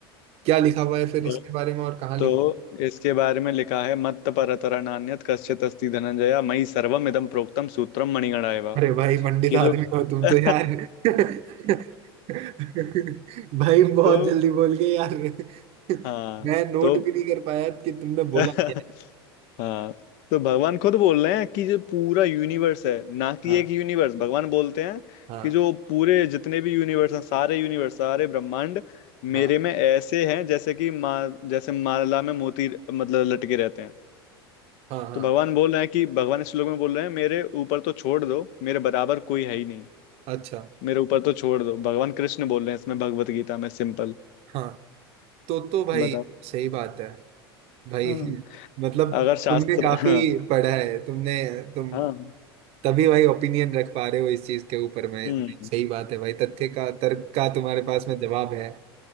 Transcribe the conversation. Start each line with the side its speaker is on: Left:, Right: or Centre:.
Right: क्या लिखा हुआ है फिर
Left: ब-
Right: इसके बारे में और कहाँ लिखा
Left: तो इसके बारे में लिखा है मत्त परतरा नान्यत् कश्चित् अस्ति धनंजया मयि सर्वम इदं प्रोक्तम सूत्रम मणिगणा एव
Right: अरे भाई पंडित
Left: कि
Right: आदमी
Left: जो
Right: हो तुम
Left: <laughs>
Right: तो यार <laughs> भाई बहुत
Left: तो
Right: जल्दी बोल गए यार <laughs>
Left: हाँ
Right: मैं नोट
Left: तो
Right: भी नहीं कर पाया कि तुमने
Left: <laughs>
Right: बोला क्या है
Left: हाँ तो भगवान खुद बोल रहे हैं कि जो पूरा यूनिवर्स है ना कि
Right: हाँ
Left: एक यूनिवर्स भगवान बोलते हैं
Right: हाँ
Left: कि जो पूरे जितने भी यूनिवर्स हैं सारे यूनिवर्स सारे ब्रह्मांड
Right: हाँ
Left: मेरे में ऐसे हैं जैसे कि मा जैसे माला में मोती मतलब लटके रहते हैं
Right: हाँ हाँ
Left: तो भगवान बोल रहे हैं कि भगवान इस श्लोक में बोल रहे हैं मेरे ऊपर तो छोड़ दो मेरे बराबर कोई है ही नहीं
Right: अच्छा
Left: मेरे ऊपर तो छोड़ दो भगवान कृष्ण बोल रहे हैं इसमें भगवत गीता में सिंपल
Right: हाँ तो तो भाई
Left: बताओ
Right: सही बात है भाई
Left: हाँ
Right: <laughs> मतलब
Left: अगर शास्त्र
Right: तुमने काफी
Left: हाँ
Right: पढ़ा है तुमने तुम
Left: हाँ
Right: तभी भाई ओपिनियन रख पा रहे हो इस चीज के ऊपर में
Left: हम्म
Right: नहीं, सही बात है भाई तथ्य का तर्क का तुम्हारे पास में जवाब है